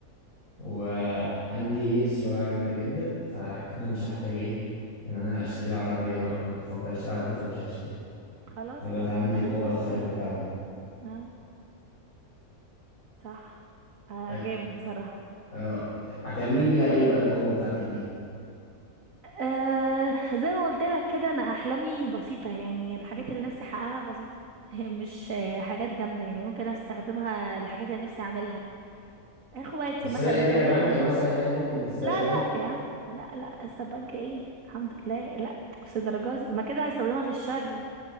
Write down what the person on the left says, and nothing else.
وعندي ايه السرعه جامده جدا فكده مش هحتاج ايه ان انا اشتري عربيه بقى كنت بفكر اشتري عربيه فمش هشتري
ده بقى
عندي
القوه
الخارقه كامله
هت-
اه هتعملي بيها ايه بقى القوه بتاعتك دي
تسرقي
بيها بنك
مثلا يعني ممكن تسرقي
بنك